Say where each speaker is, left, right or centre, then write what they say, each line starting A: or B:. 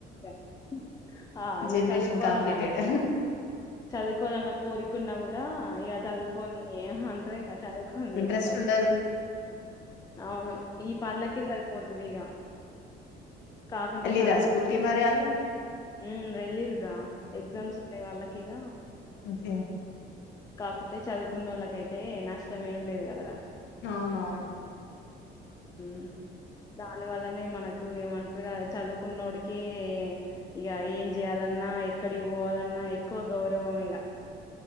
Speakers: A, on the left (about 20°); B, on the left (about 75°).
A: <unintelligible> ఆ ఇగ
B: జనరేషన్
A: చదుకోదనా
B: కంప్లీటెడ్
A: ఆమ చదువుకోవాలన్న కోరిక ఉన్న గుడ్ డ ఇగ చదువుకొని ఆహా అంటర్ గదా చదువుకొని
B: ఇంట్రెస్ట్
A: పరి
B: ఉండదు
A: అవును ఈ పన్లకే సరిపోతది ఇగ కాకుంటే
B: ఎల్లిరా
A: చదువు
B: స్కూల్ కి
A: <unintelligible>
B: మరి ఆళ్ళు
A: మ్ వెళ్ళిరు రా ఎక్సామ్స్ ఉన్నయ్ వాళ్ళకి ఇగ
B: సేమ్
A: కాకుంటే చదువుకున్నోళ్ళకైతే నష్టం ఏం లేదు కదరా
B: అవునవును
A: మ్ దాని వల్లనే మనకు ఏమంట్ర గ చదువుకున్నోడికె ఇగ ఏం జెయాలన్నా ఎక్కడి పోవ లన్నా ఎక్కువ గౌరవం ఇగ